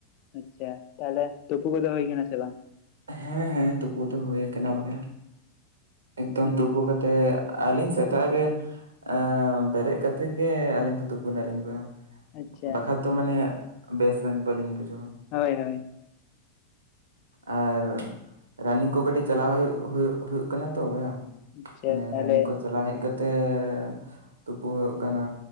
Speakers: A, on the left; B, on the right.
A: ᱟᱪᱪᱷᱟ ᱛᱟᱦᱚᱞᱮ ᱛᱩᱯᱩ ᱠᱚᱫᱚ ᱦᱩᱭ ᱠᱟᱱᱟ ᱥᱮ ᱵᱟᱝ?
B: ᱦᱮᱸ ᱦᱮᱸ ᱛᱩᱯᱩ ᱫᱚ ᱦᱩᱭ ᱟᱠᱟᱱᱟ ᱵᱚᱞᱮ ᱮᱠᱫᱚᱢ
A: ᱦᱩᱸ
B: ᱛᱩᱯᱩ ᱠᱟᱛᱮ ᱛᱮ ᱟᱹᱞᱤᱧ ᱥᱮᱛᱟᱜ ᱨᱮᱼᱼ ᱮ ᱵᱮᱨᱮᱫ ᱠᱟᱛᱮᱫ ᱜᱮ ᱟᱹᱞᱤᱧ ᱫᱚ ᱛᱩᱯᱩᱱᱟᱞᱤᱧ ᱵᱮ
A: ᱟᱪᱪᱷᱟ
B: ᱵᱟᱠᱷᱟᱡ ᱫᱚ ᱢᱟᱱᱮ ᱵᱮᱥ ᱵᱟᱹᱞᱤᱧ ᱵᱩᱡᱷᱟᱹᱣᱟ
A: ᱦᱳᱭ ᱦᱳᱭ
B: ᱟᱨ ᱨᱟᱱᱤᱝ ᱠᱚ ᱠᱟᱹᱴᱤᱡ ᱪᱟᱞᱟᱣ ᱦᱩᱭᱩᱜ ᱦᱩᱭᱩᱜ ᱠᱟᱱᱟ ᱛᱚ ᱵᱚᱭᱦᱟ
A: ᱟᱪᱪᱷᱟ
B: ᱢᱟᱱᱮ
A: ᱛᱟᱦᱚᱞᱮ
B: ᱨᱟᱱᱤᱝ ᱠᱚ ᱪᱟᱞᱟᱣ ᱦᱮᱡ ᱠᱟᱛᱮᱜ ᱛᱩᱯᱩ ᱦᱩᱭᱩᱜ ᱠᱟᱱᱟ